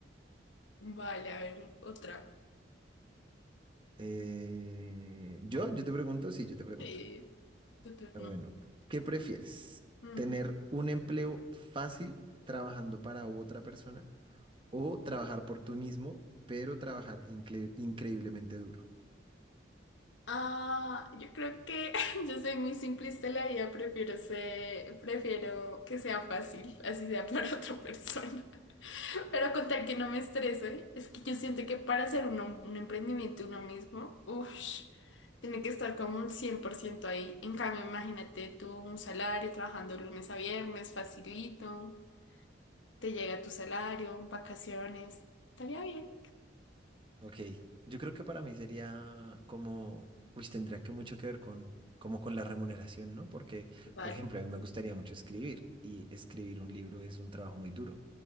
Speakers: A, on the left; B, on the right.
A: Vale, a ver, otra.
B: Eh, yo, yo te pregunto, sí, yo te pregunto.
A: sí tu turno.
B: Ah, Bueno, ¿qué prefieres?
A: Ujú.
B: ¿Tener un empleo fácil trabajando para otra persona o trabajar por tú mismo, pero trabajar incre- increíblemente duro?
A: Ah, yo creo que <laughs> yo soy muy simplista en la vida, prefiero ser, prefiero que sea fácil, así sea para otra persona. Pero con tal que no me estreso, Es que yo siento que para hacer uno, un emprendimiento uno mismo, uff, tiene que estar como un 100% ahí. En cambio, imagínate tú un salario trabajando lunes a viernes, facilito, te llega tu salario, vacaciones, estaría bien.
B: Ok, yo creo que para mí sería como, uy, tendría que mucho que ver con, como con la remuneración, ¿no? Porque,
A: Vale.
B: por ejemplo, a mí me gustaría mucho escribir y escribir un libro es un trabajo muy duro,